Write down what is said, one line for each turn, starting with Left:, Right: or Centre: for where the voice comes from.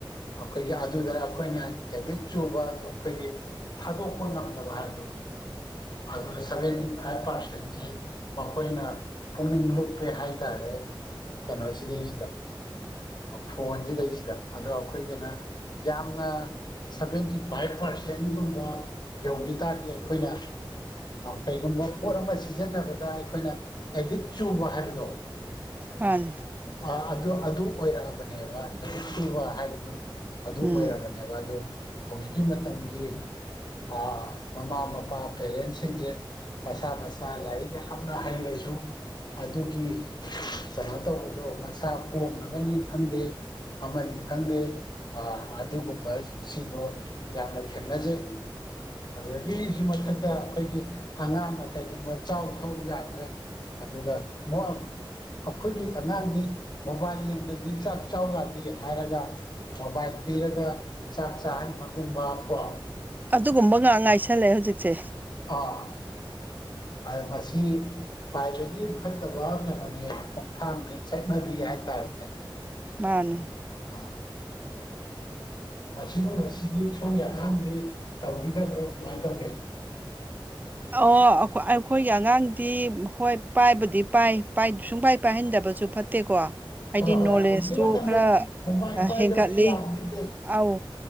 Left: ꯑꯩꯈꯣꯏꯒꯤ ꯑꯗꯨꯗ ꯑꯩꯈꯣꯏꯅ ꯑꯦꯗꯤꯛ ꯆꯨꯕ ꯑꯩꯈꯣꯏꯒꯤ ꯊꯥꯗꯣꯛꯄ ꯉꯝꯗꯕ ꯍꯥꯏꯕꯗꯣ ꯑꯗꯨ ꯁꯚꯦꯟꯇꯤ ꯐꯥꯏꯚ ꯄꯥꯔꯁꯦꯟꯁꯦ ꯃꯈꯣꯏꯅ ꯄꯨꯛꯅꯤꯡ ꯂꯨꯞꯄꯦ ꯍꯥꯏꯇꯥꯔꯦ ꯀꯩꯅꯣ ꯁꯤꯗꯩꯁꯤꯗ ꯐꯣꯟꯁꯤꯗꯩꯁꯤꯗ ꯑꯗꯣ ꯑꯩꯈꯣꯏꯒꯤꯅ ꯌꯥꯝꯅ ꯁꯚꯦꯟꯇꯤ ꯐꯥꯏꯚ ꯄꯥꯔꯁꯦꯟꯒꯨꯝꯕ ꯌꯧꯈꯤ ꯇꯥꯔꯗꯤ ꯑꯩꯈꯣꯏꯅ ꯀꯩꯒꯨꯝꯕ ꯄꯣꯠ ꯑꯃ ꯁꯤꯖꯤꯟꯅꯕꯗ ꯑꯩꯈꯣꯏꯅ ꯑꯦꯗꯤꯛ ꯆꯨꯕ ꯍꯥꯏꯕꯗꯣ
Right: ꯃꯥꯅꯤ
Left: ꯑꯥ ꯑꯗꯨ ꯑꯗꯨ ꯑꯣꯏꯔꯛꯑꯕꯅꯦꯕ
Right: ꯎꯝ
Left: ꯑꯦꯗꯤꯛ ꯁꯨꯕ ꯍꯥꯏꯕꯗꯨ ꯑꯗꯨ
Right: ꯎꯝ
Left: ꯑꯣꯏꯔꯕꯅꯦꯕ ꯑꯗꯨ ꯍꯧꯖꯤꯛꯀꯤ ꯃꯇꯝꯒꯤ ꯑꯥ ꯃꯃꯥ ꯃꯄꯥ ꯄꯦꯔꯦꯟꯁꯤꯡꯖꯦ ꯃꯁꯥ ꯃꯁꯥ ꯂꯥꯏꯔꯤꯛ ꯌꯥꯝꯅ ꯍꯩꯔꯖꯨ ꯑꯗꯨꯒꯤ ꯀꯩꯅꯣ ꯇꯧꯕꯗꯣ ꯃꯆꯥ ꯄꯣꯛꯅꯕꯅꯤ ꯈꯪꯗꯦ ꯑꯃꯅꯤ ꯈꯪꯗꯦ ꯑ ꯑꯗꯨꯒꯨꯝꯕꯁꯤꯡꯗꯣ ꯌꯥꯝꯅ ꯊꯦꯡꯅꯖꯩ ꯑꯗꯨꯗꯒꯤꯖꯨ ꯃꯊꯛꯇ ꯑꯩꯈꯣꯏꯒꯤ ꯑꯉꯥꯡꯅ ꯀꯩꯒꯨꯝꯕ ꯆꯥꯎ ꯊꯛꯎ ꯌꯥꯗ꯭ꯔꯦ ꯑꯗꯨꯗ ꯃꯣꯛ ꯑꯈꯣꯏꯒꯤ ꯑꯉꯥꯡꯗꯤ ꯃꯣꯕꯥꯏꯜ ꯌꯦꯡꯗ꯭ꯔꯗꯤ ꯆꯥꯛ ꯆꯥꯎ ꯌꯥꯗꯦ ꯍꯥꯏꯔꯒ ꯃꯣꯕꯥꯏꯜ ꯄꯤꯔꯒ ꯆꯥꯛ ꯆꯥꯍꯟꯕꯒꯨꯝꯕ ꯀꯣ
Right: ꯑꯗꯨꯒꯨꯝꯕ ꯉꯥꯛ ꯉꯥꯏꯁꯜꯂꯛꯑꯦ ꯍꯧꯖꯤꯛꯁꯦ
Left: ꯑꯥ ꯑ ꯃꯁꯤ ꯈ꯭ꯋꯥꯏꯗꯒꯤ ꯐꯠꯇꯕ ꯀꯩꯅꯣꯅꯦ ꯈꯣꯡꯊꯥꯡꯅꯦ ꯆꯠꯅꯕꯤ ꯍꯥꯏꯇꯥꯔꯦꯅꯦ
Right: ꯃꯥꯅꯤ
Left: ꯑ ꯃꯁꯤꯒꯨꯝꯕꯁꯤꯗꯤ ꯁꯣꯝꯒꯤ ꯑꯉꯥꯡꯗꯤ ꯇꯧꯕꯤꯗꯕ꯭ꯔꯥ ꯀꯃꯥꯏ ꯇꯧꯒꯦ
Right: ꯑꯣ ꯑꯈꯣꯏ ꯑꯩꯈꯣꯏꯒꯤ ꯑꯉꯥꯡꯗꯤ ꯍꯣꯏ ꯄꯥꯏꯕꯨꯗꯤ ꯄꯥꯏ ꯄꯥꯏ ꯁꯨꯡꯄꯥꯏ ꯄꯥꯏꯍꯟꯗꯕꯁꯨ ꯐꯠ ꯇꯦꯀꯣ ꯍꯥꯏꯗꯤ
Left: ꯍꯣꯏ ꯍꯣꯏ
Right: ꯅꯣꯂꯦꯖꯇꯨ
Left: ꯍꯧꯖꯤꯛꯀꯤ ꯃꯇꯝꯗ
Right: ꯈꯔ
Left: ꯃꯣꯕꯥꯏꯜ
Right: ꯑ
Left: ꯄꯥꯏꯗꯕꯁꯨ
Right: ꯍꯦꯟꯒꯠꯂꯤ
Left: ꯌꯥꯕ ꯅꯠꯇꯦ
Right: ꯑꯥꯎ